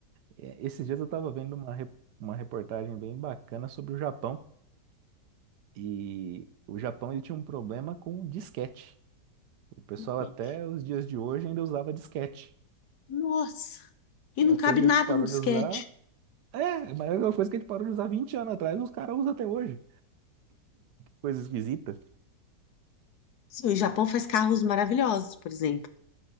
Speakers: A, on the right; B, on the left.
A: É, Esses dias eu estava vendo uma, re- uma reportagem bem bacana sobre o Japão. E o Japão ele tinha um problema com disquete. O pessoal
B: Mas
A: até os dias de hoje ainda usava disquete.
B: Nossa! E
A: Uma
B: não cabe
A: coisa que
B: nada
A: a gente parou
B: no disquete.
A: de usar. É, mas é uma coisa que a gente parou de usar 20 anos atrás, os caras usam até hoje. Coisa esquisita.
B: Sim, o Japão faz carros maravilhosos, por exemplo.